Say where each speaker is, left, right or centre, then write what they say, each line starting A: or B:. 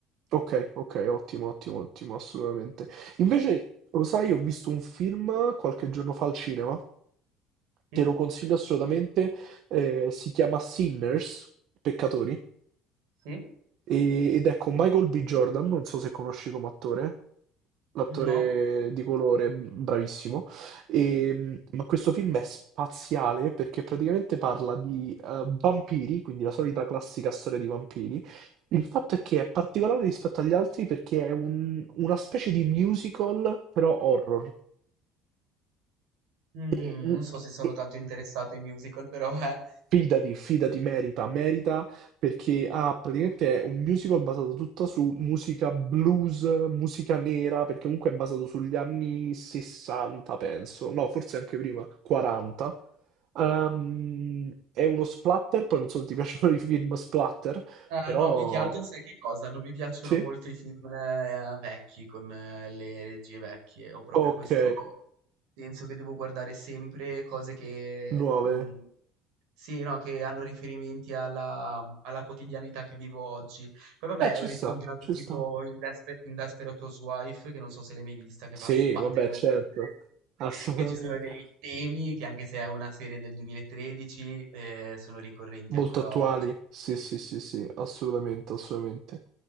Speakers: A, on the right; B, on the right.
A: Ok, ok, ottimo, ottimo, ottimo, assolutamente. Invece, lo sai, ho visto un film qualche giorno fa al cinema,
B: Sì?
A: te lo consiglio assolutamente, eh, si chiama Sinners, Peccatori.
B: Sì?
A: E- ed è con Michael B. Jordan, non so se conosci come attore, l'attore
B: No.
A: di colore, bravissimo. E, ma questo film è spaziale perché praticamente parla di eh, vampiri, quindi la solita classica storia di vampiri. Il fatto è che è particolare rispetto agli altri perché è un- una specie di musical, però horror.
B: Mm,
A: E,
B: non so se sono
A: e-
B: tanto interessato ai musical, però eh.
A: Fidati, fidati, merita, merita perché ha praticamente è un musical basato tutta su musica blues, musica nera, perché comunque è basato sugli anni 60, penso, no, forse anche prima, 40. Ehm, è uno splatter, poi non so se ti <laughs> piacciono i film splatter,
B: Eh,
A: però
B: no, più che altro sai che cosa? Non mi piacciono
A: sì,
B: molto i film eh, vecchi con eh, le regie vecchie. Ho proprio
A: ok,
B: questo senso che devo guardare sempre cose che,
A: 9.
B: mm, sì, no, che hanno riferimenti alla, alla quotidianità che vivo oggi. Poi vabbè,
A: Eh, ci
B: ho riscontrato
A: sta, ci
B: tipo
A: sta.
B: in, Desper- in Desperate Housewife, che non so se l'hai mai vista, che
A: Sì,
B: va a sbattere
A: vabbè,
B: da
A: certo,
B: ridere.
A: assolutamente.
B: <laughs> Che ci sono dei temi che anche se è una serie del 2013 eh, sono ricorrenti
A: Molto
B: ancora
A: attuali,
B: oggi.
A: sì, sì, sì, sì, assolutamente, assolutamente.